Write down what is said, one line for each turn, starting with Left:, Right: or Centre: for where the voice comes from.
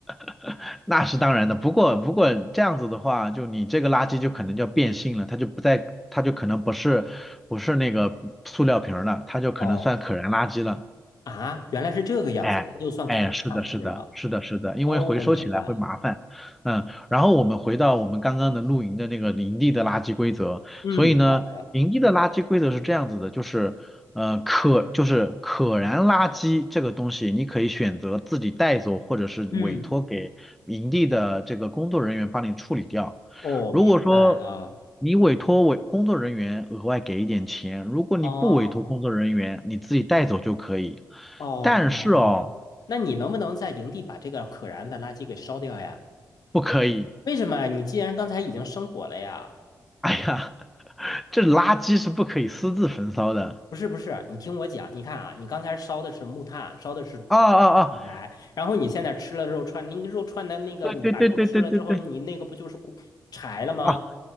Centre: <laughs> 那是当然的，不过不过这样子的话，就你这个垃圾就可能叫变性了，它就不再，它就可能不是不是那个塑料瓶儿了，它就可能算可燃垃圾了。
Left: 哦啊，原来是这个样子，
Centre: 哎哎，
Left: 它就算可燃垃圾了。
Centre: 是的，是的，是的，是的，因为回收起来会麻烦，
Left: 哦，我明白了。
Centre: 嗯，然后我们回到我们刚刚的露营的那个营地的垃圾规则，
Left: 嗯，
Centre: 所以呢，
Left: 好的。
Centre: 营地的垃圾规则是这样子的，就是呃可就是可燃垃圾这个东西，你可以选择自己带走，或者是委托给营地的这个工作人员帮你处理掉。
Left: 嗯，哦，
Centre: 如果说
Left: 明白了。
Centre: 你委托委工作人员额外给一点钱，如果你不委托工作人员，
Left: 哦
Centre: 你自己带走就可以。
Left: 哦哦哦，
Centre: 但是哦，
Left: 那你能不能在营地把这个可燃的垃圾给烧掉呀？
Centre: 不可以。
Left: 为什么啊？你既然刚才已经生火了呀？
Centre: 哎呀，<laughs> 这垃圾是不可以私自焚烧的。
Left: 不是不是，你听我讲，你看啊，你刚才烧的是木炭，烧的是火
Centre: 啊啊啊！
Left: 柴，然后你现在吃了肉串，那个肉串的那个，
Centre: 对对对对对对对，
Left: 你把肉吃了之后，你那个不就是骨柴了吗？
Centre: 啊，